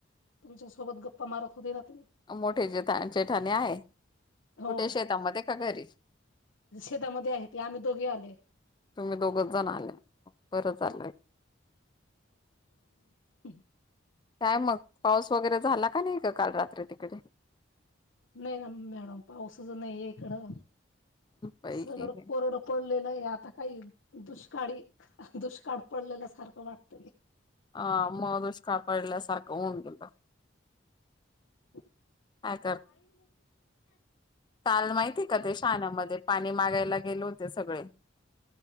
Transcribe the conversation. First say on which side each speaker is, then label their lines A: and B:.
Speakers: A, on the left (about 75°); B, on the left (about 20°).
A: तुमच्यासोबत गप्पा मारत होते ना तुम्ही
B: मोठे जेा जेठाणे आहे
A: हो
B: कुठे शेतामध्ये का घरी
A: शेतामध्ये आहे ते आम्ही दोघे आले
B: तुम्ही दोघच जण आले बरंच आलंय
A: हम् हम
B: काय मग पाऊस वगैरे झाला का नाही का काल रात्री तिकडे
A: नाही ना मॅडम पाऊसच नाही इकडं
B: बाई
A: सगळं कोरड पडलेलं आहे आता काही दुष्काळी दुष्काळ पडलेल्या सारखं वाटतंय
B: ह म दुष कापडल्यासारखं होऊन गेल
A: न
B: काय
A: म
B: ताल माहितीय का ते शहाणामध्ये पाणी मागायला गेले होते सगळे